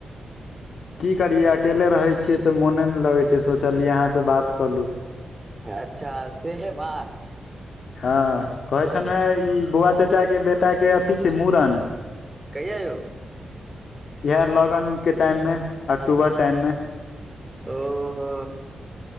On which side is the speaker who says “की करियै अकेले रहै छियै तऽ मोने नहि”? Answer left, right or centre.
Left